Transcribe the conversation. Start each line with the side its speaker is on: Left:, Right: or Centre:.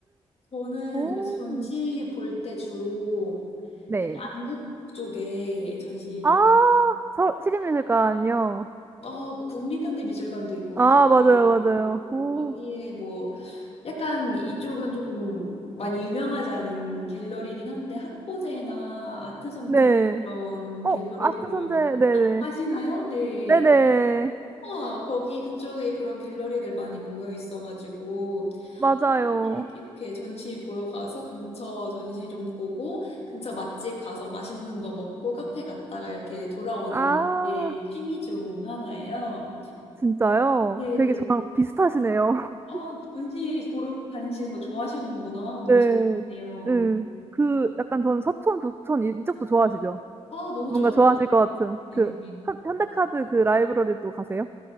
Left: 저는
Right: 오.
Left: 그 전시 볼 때 주로
Right: 네.
Left: 안국 쪽에 전시
Right: 아,
Left: 좀,
Right: 서, 시립미술관이요.
Left: 어, 뭐 국립현대미술관도 있고,
Right: 아, 맞아요,
Left: 네.
Right: 맞아요. 오.
Left: 뭐 거기에 뭐 약간 이쪽은 조금 많이 유명하지 않은 갤러리이긴 한데 학고제나 아트선제
Right: 네.
Left: 이런
Right: 어,
Left: 갤러리들
Right: 아트 선재, 네네.
Left: 아시나요? 네.
Right: 네네.
Left: 와, 거기 그쪽에 그런 갤러리들 많이 모여 있어가지고
Right: 맞아요.
Left: 한 번씩 이렇게 전시 보러 가서 근처 전시 좀 보고 근처 맛집 가서 맛있는 거 먹고 카페 갔다가 이렇게 돌아오는
Right: 아.
Left: 게 취미 중 하나예요.
Right: 진짜요?
Left: 네.
Right: 되게 저랑 비슷하시네요. <laughs>
Left: 아, 전시 보러 다니시는 거 좋아하시는구나. 너무
Right: 네.
Left: 신기하네요.
Right: 네. 그 약간 저는 서촌, 북촌 이, 이쪽도 좋아하시죠?
Left: 아, 너무
Right: 뭔가
Left: 좋아가지고.
Right: 좋아하실 것 같은
Left: 네.
Right: 그 현, 현대카드 그 라이브러리도 가세요?